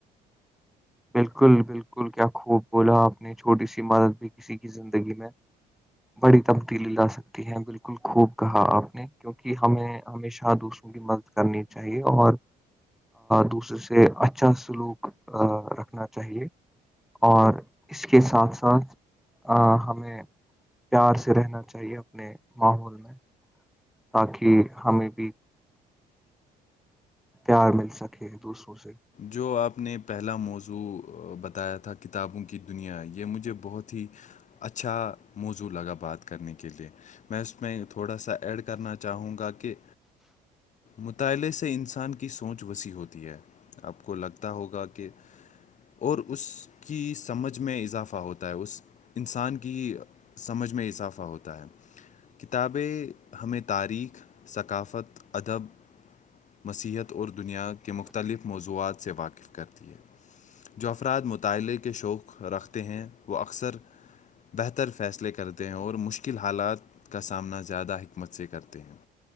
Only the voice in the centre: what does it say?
بالکل بالکل کیا خوب بولاپ نے چھوٹی سی عمادت بھی کسی کی زندگی میں بڑی تبدیلی لا سکتی ہیں بالکل خوب کہا آپ نے کیونکہ ہمیں ہمیشہ دوسروں کی مدد کرنی چاہیے اور دوسرے سے اچھا سلوک رکھنا چاہیے اور اس کے ساتھ ساتھ ہمیں پیار سے رہنا چاہیے اپنے ماحول میں تاکہ ہمیں بھی پیار مل سکے دوسروں سے